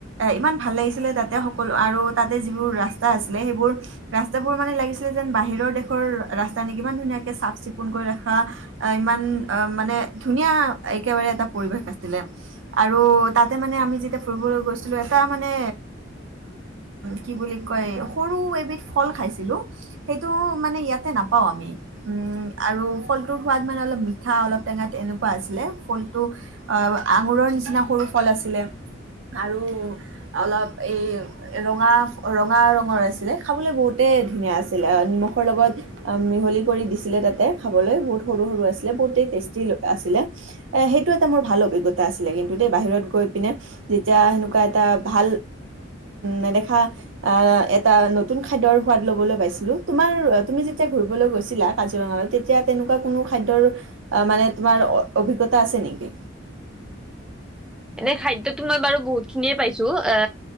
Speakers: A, on the right; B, in the centre.
A: ইমান ভাল লাগিছিলে তাতে সকলো আৰু তাতে যিবোৰ ৰাস্তা আছিলে সেইবোৰ ৰাস্তাাবোৰ মানে লাগিছিলে যেন বাহিৰৰ দেশৰ ৰাস্তা নে কিমান ধুনীয়াকে চাফ চিকুণ কৰি ৰাখ ইমান অ মানে ধুনীয়া একেবাৰে এটা পৰিৱেশ আছিলে আৰু তাতে আমি যেতিয়া ফুৰিবলৈ এটা মানে কি কয় সৰু এবিধ ফল খাইছিলোঁ। সেইটো মানে ইয়াতে নাপাওঁ আমি উম আৰু ফলটোৰ সোৱাদ মানে অলপ মিঠা অলপ টেঙা তে এনেকুৱা আছিলে ফলটো আঙুৰৰ নিচিনা সৰু ফল আছিলে আৰু অলপ এই ৰঙা ৰঙা ৰঙৰ আছিলে খাবলৈ বহুতেই ধুনীয়া আছিলে নিমখৰ লগত। মিহলি কৰি দিছিলে তাতে খাবলৈ বহুত সৰু সৰু আছিলে বহুতেই টেষ্টি আছিলে সেইটো এটা মোৰ ভাল অভিজ্ঞতা আছিলে কিন্তু দেই বাহিৰত গৈ পিনে যেতিয়া সেনেকুৱা এটা বা নেদেখা আহ এটা নতুন খাদ্যৰ সোৱাদ লবলৈ পাইছিলো তোমাৰ তুমি যেতিয়া ঘুৰিবলৈ গৈছিলা কাজিৰঙাত তেতিয়া তেনেকুৱা কোনো খাদ্যৰ মানে তোমাৰ অ অভিজ্ঞতা আছে নেকি?
B: এনে খাদ্যতো মই বাৰু বহুত খিনিয়ে পাইছো অ